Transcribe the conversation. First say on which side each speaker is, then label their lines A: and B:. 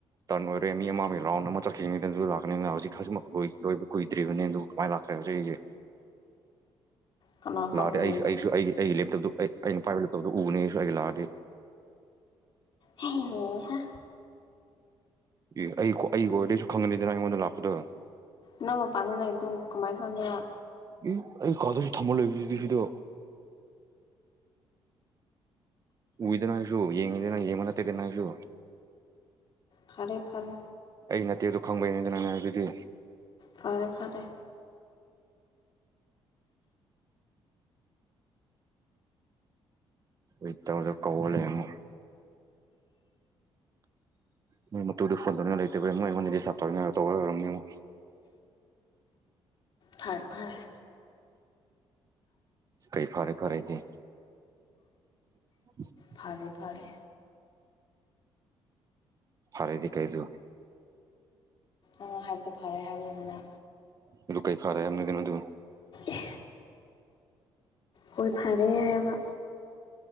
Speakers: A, on the right (about 35°); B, on the left (about 55°).
A: ꯇꯟ ꯑꯣꯏꯔꯦ ꯃꯤ ꯑꯃꯒꯤ ꯔꯥꯎꯟ ꯑꯃ ꯆꯠꯈꯤꯅꯤꯗꯅ ꯑꯗꯨ ꯂꯥꯛꯀꯅꯤꯅ ꯍꯧꯖꯤꯛ ꯍꯨꯖꯤꯛꯃꯀ ꯀꯨꯢ ꯂꯣꯢꯕ ꯀꯨꯢ ꯀꯨꯢꯗ꯭ꯔꯤꯕꯅꯦ ꯑꯗꯨ ꯀꯃꯥꯏ ꯂꯥꯛꯈ꯭ꯔꯦ ꯍꯨꯖꯤꯛ ꯑꯩꯒꯤ
B: ꯀꯅꯥ ꯈꯪꯗꯣꯏ
A: ꯂꯥꯛꯑꯔꯦ ꯑꯩꯁꯨ ꯑꯩꯁꯨ ꯑꯩ ꯑꯩꯒꯤ ꯂꯦꯞꯇꯣꯞꯇꯣ ꯑꯩ ꯑꯩꯅ ꯄꯥꯏꯕ ꯂꯦꯞꯇꯣꯞꯗꯣ ꯎꯒꯅꯤ ꯑꯩꯁꯨ ꯂꯥꯛꯑꯗꯤ
B: ꯍꯩꯍꯥ
A: ꯑꯦ ꯑꯩ ꯑꯩꯒꯤ ꯑꯣꯏꯔꯗꯤ ꯑꯩꯁꯨ ꯈꯪꯒꯅꯤꯗꯅ ꯑꯩꯉꯣꯟꯗ ꯂꯥꯛꯄꯗꯣ
B: ꯅꯪ ꯃꯄꯥꯟꯗꯥ ꯂꯩꯕꯗꯨ ꯀꯃꯥꯏꯅ ꯈꯪꯒꯦꯔꯥ
A: ꯏ ꯑꯩ ꯀꯥꯗꯁꯨ ꯊꯝꯃ ꯂꯩꯕꯁꯤꯗ ꯎꯏꯗꯅ ꯑꯩꯁꯨ ꯌꯦꯡꯉꯤꯗꯅ ꯌꯦꯡꯕꯥ ꯅꯥꯠꯇꯦꯗꯅ ꯑꯩꯁꯨ
B: ꯐꯔꯦ ꯐꯔꯦ
A: ꯑꯩ ꯅꯠꯇꯦꯗꯣ ꯈꯪꯕꯩꯅꯤꯗꯅ ꯅꯪ ꯉꯥꯡꯉꯤꯗꯨꯗꯤ
B: ꯐꯔꯦ ꯐꯔꯦ
A: ꯑꯩ ꯇꯧꯒ ꯀꯧꯔꯥ ꯂꯩꯔꯝꯃꯨ ꯃꯣꯏ ꯃꯇꯨꯗꯨ ꯐꯣꯟ ꯇꯧꯅꯤꯡꯉꯥꯏ ꯂꯩꯇꯕꯩ ꯃꯣꯏ ꯑꯩꯉꯣꯟꯗꯥ ꯗꯤꯁꯇꯞ ꯇꯧꯔꯤꯅꯦ ꯇꯧꯔꯥ ꯂꯩꯔꯝꯅꯤ ꯑꯃꯨꯛ <inaudible>
B: ꯐꯥꯔꯦ ꯐꯥꯔꯦ
A: ꯀꯩ ꯐꯔꯦ ꯐꯔꯦꯗꯤ <inaudible>
B: ꯐꯔꯦ ꯐꯔꯦ
A: ꯐꯔꯦꯗꯤ ꯀꯩꯗꯨ
B: ꯑꯣ ꯍꯥꯏꯕꯗꯣ ꯐꯔꯦ ꯍꯥꯏꯕꯅꯤ ꯗꯅ
A: ꯑꯗꯨ ꯀꯩ ꯐꯥꯔꯦ ꯍꯥꯏꯕꯅꯣ ꯗꯨ
B: ꯑꯦ ꯍꯣꯏ ꯐꯔꯦ ꯍꯥꯏꯕ